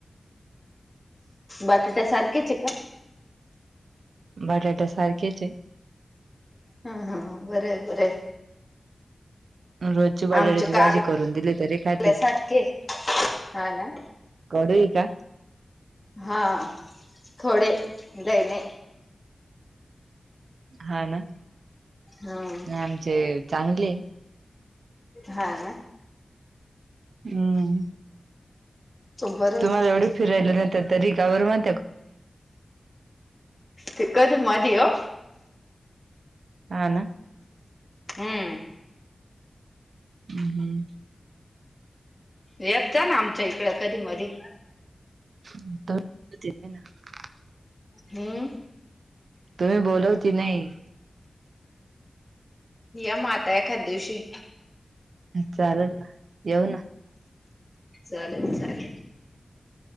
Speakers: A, on the left; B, on the right.
A: बटाट्या सारखे चिकन
B: बटाट्या सारखेच आहे
A: हा हा बर बर
B: आहे रोजची बटाट्याची
A: आमच्या
B: भाजी
A: कारल्यासारखे
B: करून दिली तरी खाते
A: हा ना
B: कडू आहे का
A: हा थोडे दने
B: हा ना
A: हम्म
B: आमचे चांगले
A: हा ना
B: हम्
A: बरंय
B: तुम्हाला
A: मग
B: एवढे फिरायला नत तरी गावरर म
A: ते कधी मध्ये ये
B: ह ना
A: हम्म
B: हम्म हम्म
A: यत जा ना आमच्या इकड कधी मधी
B: <unintelligible>
A: हम्म
B: तुम्ही बोलवती नाही
A: या माता एखाद दिवशी
B: चालेल ना येऊ ना
A: चालेल चालेल.